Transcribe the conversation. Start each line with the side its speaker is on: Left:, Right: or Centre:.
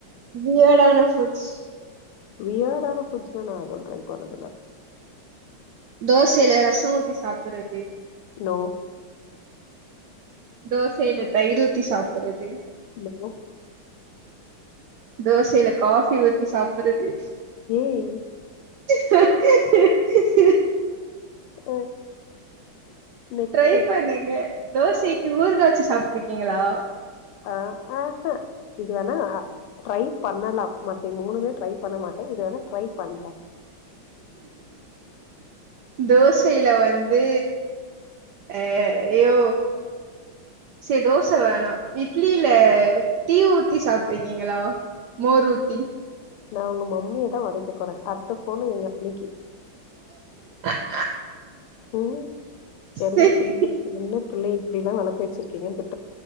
Right: வியர்டான ஃபுட்ஸ்
Left: வியர்டான ஃபுட்ஸ்லா நா எதுவும் ட்ரை பண்ணதுல்ல
Right: தோசையில ரசம் ஊத்தி சாப்புறது
Left: நோ
Right: தோசை இத தயிர் ஊத்தி சாப்புறது
Left: இல்லை
Right: தோசைல காஃபி ஊத்தி சாப்புடுறது
Left: ஏய்
Right: ஹ ஹ ஹ
Left: அ நெக்ஸ்ட்டு
Right: ட்ரை பண்ணுங்க தோசைக்கு ஊர்கா வச்சி சாப்பிட்டு இருக்கீங்களா
Left: ஆஹ் ஆஹஹ இது வேணா ட்ரை பண்ணலா மத்த மூணுமே ட்ரை பண்ண மாட்டே இது வேணா ட்ரை பண்ற
Right: தோசையில வந்து அஹ் யோ ச தோச வேணா இட்லில டீ ஊத்தி சாப்பிட்டிருக்கீங்களா மோர் ஊத்தி
Left: நா உங்க மம்மிய தா ஒதைக்க போறே அடுத்த ஃபோனு எங்க அண்ணிக்கு
Right: ஹ
Left: உம் என்ன
Right: செரி
Left: <inaudible> புள்ளைய இப்படில்லா வளத்து வச்சிருக்கீங்கன்னு தி